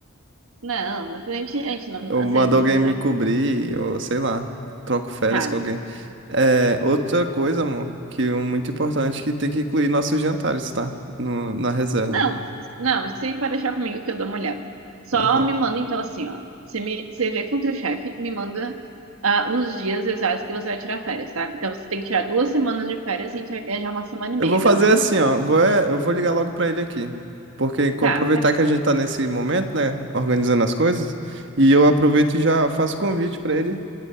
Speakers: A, on the right; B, on the right.
A: Não, mas a gente, a gente não,
B: Ou
A: você
B: mando
A: precisa.
B: alguém me cobrir, ou sei lá, troco férias
A: Tá,
B: com alguém. É, outra coisa, amor, que é muito importante, que tem que incluir nossos jantares, tá? No, na reserva.
A: Não, não, Se aí pode deixar comigo que eu dou uma olhada. Só
B: Ah, tá.
A: me manda então assim, ó. Você me, você vê com o teu chefe, me manda ah, os dias exatos que você vai tirar férias, tá? Então você tem que tirar duas semanas de férias e a gente vai viajar uma semana e
B: Eu
A: meia,
B: vou fazer
A: beleza?
B: assim, ó. Vou, é, eu vou ligar logo pra ele aqui. Porque co-
A: Tá,
B: aproveitar
A: pode
B: que
A: ser.
B: a gente tá nesse momento, né? Organizando as coisas. E eu aproveito e já faço convite pra ele.